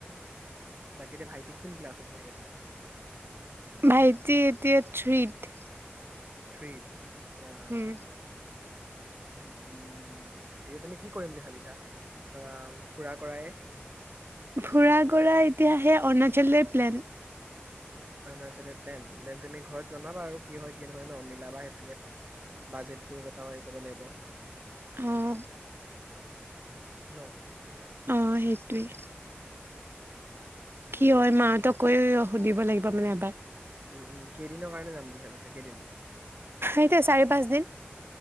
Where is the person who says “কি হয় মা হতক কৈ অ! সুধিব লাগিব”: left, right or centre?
Right